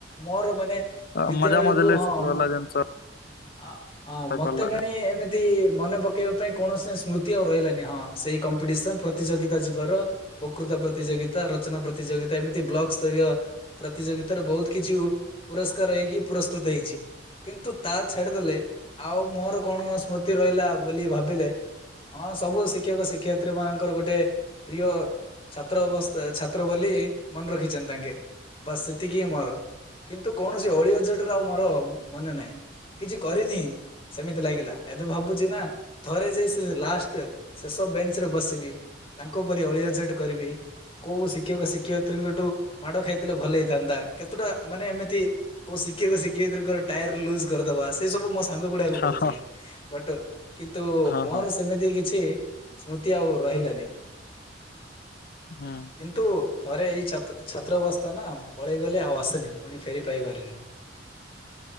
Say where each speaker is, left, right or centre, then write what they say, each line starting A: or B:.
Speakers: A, on the left (about 30°); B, on the left (about 55°).
A: ମୋର ମାନେ
B: ହଁ
A: ବିଦ୍ୟାଳୟକୁ
B: ମଜା ମଜଲିସ୍
A: ହଁ
B: ବାଲା
A: ମୁଁ,
B: ଜିନିଷ
A: ଅ ହଁ
B: ହେଇପାରିଲାନି
A: ମତେ ମାନେ ଏମିତି ମନେ ପକେଇବା ପାଇଁ, କୌଣସି ସ୍ମୃତି ଆଉ ରହିଲାନି ହଁ ସେଇ କମ୍ପିଟିସନ ପ୍ରତିଯୋଗିତା ଯିବାର, ବକୃତା ପ୍ରତିଯୋଗିତା ରଚନା ପ୍ରତିଯୋଗିତା ଏମିତି ବ୍ଲକ ସ୍ତରୀୟ, ପ୍ରତିଯୋଗିତାରେ ବହୁତ କିଛି ଉ ପୁରସ୍କାର ହେଇକି ପୁରସ୍କୃତ ହେଇଛି, କିନ୍ତୁ ତା ଛାଡ଼ିଦେଲେ ଆଉ ମୋର କଣ ସ୍ମୃତି ରହିଲା ବୋଲି ଭାବିଲେ, ହଁ ସବୁ ଶିକ୍ଷକ ଶିକ୍ଷୟତ୍ରୀ ମାନଙ୍କର ଗୋଟେ ପ୍ରିୟ, ଛାତ୍ର ଅବସ୍ ଏ ଛାତ୍ର ବୋଲି ମନେ ରଖିଛନ୍ତି ତାଙ୍କେ ବାସ୍ ସେତିକି ମୋର କିନ୍ତୁ କୌଣସି ଅଳି ଅଜଟର ଆଉ ମୋର ମନେ ନାହିଁ, କିଛି କରିନି ସେମିତି ଲାଗିଲା ଏବେ ଭାବୁଛି ନା ଥରେ ଜିସ୍ ଲାଷ୍ଟ ଶେଷ ବେଞ୍ଚ ରେ ବସିକି ତାଙ୍କ ପରି ଅଳି ଅଜଟ୍ କରିବି, କୋଉ ଶିକ୍ଷକ ଶିକ୍ଷୟତ୍ରୀଙ୍କଠୁ ମାଡ ଖାଇଥିଲେ ଭଲ ହେଇଥାନ୍ତା କେତେଟା ମାନେ ଏମିତି, କୋ ଶିକ୍ଷକ ଶିକ୍ଷୟିତ୍ରୀଙ୍କ ର ଟାୟାର ଲୁଜ୍ କରିଦବା ସେ ସବୁ ମସ୍ ସାଙ୍ଗ ଗୁଡା଼କୁ
B: ହଁ
A: କରୁଥିଲେ
B: ହଁ
A: ବଟ୍ କିନ୍ତୁ,
B: ହଁ
A: ମୋର
B: ହଁ।
A: ସେମିତି କିଛି ସ୍ମୃତି ଆଉ ରହିଲାନି
B: ହୁଁ
A: କିନ୍ତୁ ଥରେ ଏଇ ଛାତ୍ର ଛାତ୍ର ଅବସ୍ଥା ନା ପଳେଇଗଲେ ଆଉ ଆସେନି ପୁଣି ଫେରି ପାଇପାରେ ନାହିଁ।
B: <inaudible>